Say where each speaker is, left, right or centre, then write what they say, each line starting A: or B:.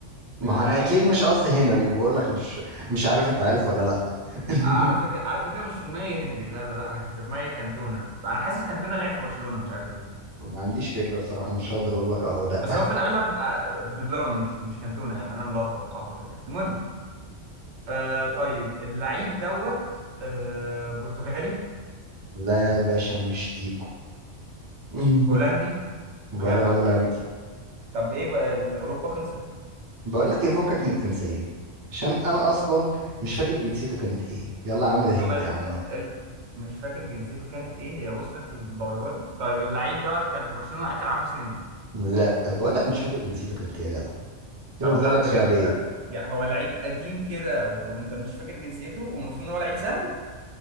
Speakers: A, on the right (about 30°); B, on the right (about 70°).
A: ما
B: اللعيب
A: هو انا اكيد مش قصدي هنري وبقول لك مش مش عارف انت عارف ولا لا <laughs>
B: على فكرة على فكرة مش في دماغي هنري لا لا لا أنا كان في دماغي كانتونا أنا حاسس كانتونا لعب في برشلونة مش عارف ليه
A: ما عنديش فكرة بصراحة مش هقدر اقول لك اه ولا
B: بس هو في الاغلب آه، بلون مش مش كانتونا يعني انا ملخبط اعتقد يعني المهم آه طيب اللعيب دوت آه برتغالي
A: لا يا باشا مش ديكو <laughs>
B: هولندي بجد
A: ولا هولندي
B: طب ايه بقى ال- اوروبا خلصت
A: بقول لك يفكك من الجنسية عشان انا اصلا مش فاكر جنسيته كانت ايه يلا يا عم ده هنت
B: طب ال...
A: يا عم
B: ال...
A: اهو
B: مش فاكر جنسيته كانت ايه هي وصلت للدرجه دي طيب اللعيب دوت كان في برشلونة اخر 10 سنين
A: لا بقول لك مش فاكر جنسيته كانت ايه يا جدع كده
B: طب
A: فاضل
B: لا
A: لك
B: بجد
A: سؤالين
B: آه، يعني هو لعيب قديم كده وانت مش فاكر جنسيته والمفروض ان هو لعيب سهل